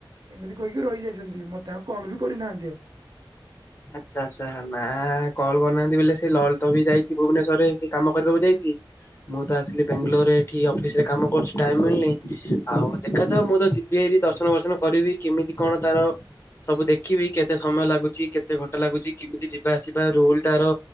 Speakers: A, on the right; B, on the left.
A: ଏମିତି କହିକି ରହିଯାଇଛନ୍ତି। ମୋତେ ଆଉ କଲ୍ ବି କରିନାହାନ୍ତି ଆଉ।
B: ଆଚ୍ଛା ଆଚ୍ଛା ନା କଲ୍ କରିନାହାନ୍ତି ବୋଇଲେ ସେ ଲଲଟପି ଯାଇଚି। ଭୁବନେଶ୍ୱରରେ ସେ କାମ କରିବାକୁ ଯାଇଚି। ମୁଁ ତ ଆସିଲି ବେଙ୍ଗାଲୋରରେ ଏଠି ଅଫିସ୍ ରେ କାମ କରୁଛି ଟାଇମ୍ ମିଳନି। ଆଉ ଦେଖାଯାଉ ମୁଁ ତ ଯିବି ଏ ଦର୍ଶନ ବର୍ଶନ କରିବି କେମିତି କଣ ତାର ସବୁ ଦେଖିବି କେତେ ସମୟ ଲାଗୁଚି। କେତ ତେ ଘଣ୍ଟା ଲାଗୁଚି କେମିତି ଯିବା ଆସିବା ରୁଲ୍ ତାର